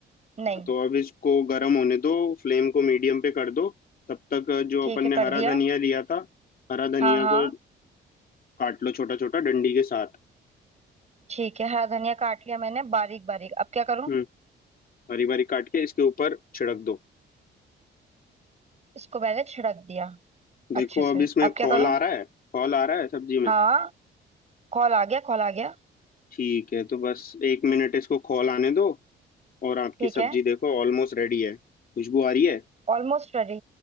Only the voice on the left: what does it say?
हाँ, तो अब इसको गर्म होने दो फ्लेम को मीडियम पे कर दो तब तक जो
अपन
ने
हरा
धनिया लिया था हरा धनिया
को काट लो छोटा छोटा डंडी के साथ
हम्म हरी बारी काट के इसके ऊपर छिड़क दो
देखो
अब
इसमें
खौल
आ रहा है खौल आ रहा है सब्जी में
ठीक है तो बस एक मिनट इसको खौल आने दो और आपकी
सब्जी
देखो ऑलमोस्ट रेडी है खुशबू आ रही है